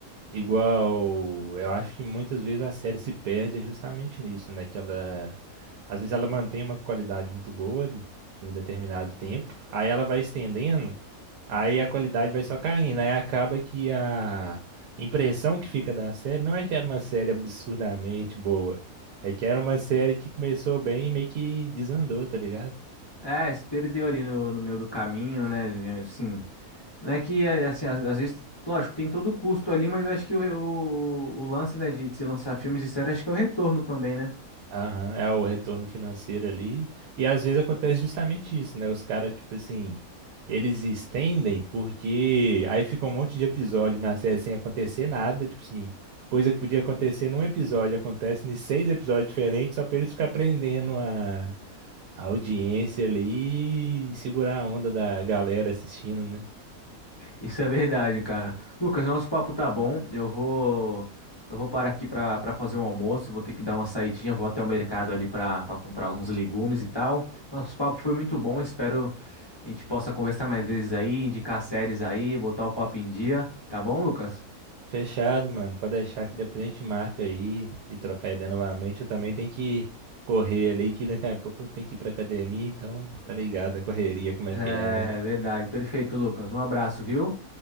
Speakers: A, on the right; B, on the left.
A: Igual, eu acho que muitas vezes a série se perde é justamente nisso, né? Que ela, às vezes ela mantém uma qualidade muito boa no determinado tempo, aí ela vai estendendo, aí a qualidade vai só caindo, aí acaba que a impressão que fica da série não é que era uma série absurdamente boa, é que era uma série que começou bem e meio que desandou, tá ligado?
B: É, se perdeu ali no, no meio do caminho, né? Assim, não é que, é, assim, às, às vezes, lógico, tem todo o custo ali, mas eu acho que o, o, o lance, né, de se lançar filmes e séries, acho que é o retorno também, né?
A: Aham, é o retorno financeiro ali. E às vezes acontece justamente isso, né? Os caras, tipo assim, eles estendem porque aí fica um monte de episódio na série sem acontecer nada, tipo assim, coisa que podia acontecer num episódio, acontece em seis episódios diferentes, só pra eles ficar prendendo a, a audiência ali e segurar a onda da galera assistindo, né.
B: Isso é verdade, cara. Lucas, nosso papo tá bom. Eu vou eu vou parar aqui pra para fazer um almoço, vou ter que dar uma saidinha, vou até o mercado ali pra para comprar alguns legumes e tal. Nosso papo foi muito bom, espero a gente possa conversar mais vezes aí, indicar séries aí, botar o papo em dia, tá bom, Lucas?
A: Fechado, mano. Pode deixar que depois a gente marca aí e trocar ideia novamente. Eu também tenho que correr ali, que daqui a pouco eu tenho que ir pra academia, então tá ligado a correria, como
B: É
A: é que é, né?
B: verdade, perfeito, Lucas. Um abraço, viu?